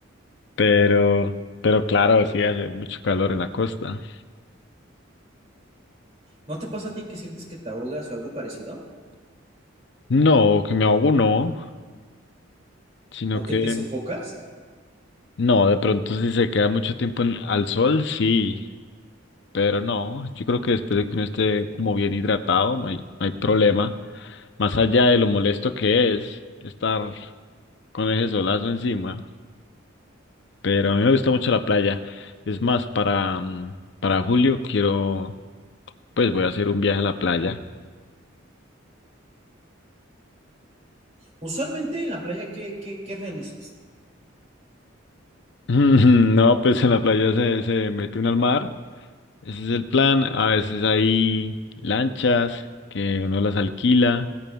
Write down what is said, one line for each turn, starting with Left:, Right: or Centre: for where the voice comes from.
Left: Pero, pero claro, sí hace mucho calor en la costa.
Right: ¿No te pasa a ti que sientes que te ahogas o algo parecido?
Left: No, que me ahogo no, sino
Right: ¿O
Left: que
Right: que te sofocas?
Left: No, de pronto si se queda mucho tiempo en- al sol, sí, pero no, yo creo que después de que uno esté como bien hidratado, no hay, no hay problema. Más allá de lo molesto que es estar con ese solazo encima, pero a mí me gusta mucho la playa. Es más, para, mm, para julio quiero, pues voy a hacer un viaje a la playa.
Right: Usualmente en la playa, ¿qué, qué, qué realizas?
Left: <laughs> No, pues en la playa se, se mete uno al mar. Ese es el plan. A veces hay lanchas que uno las alquila,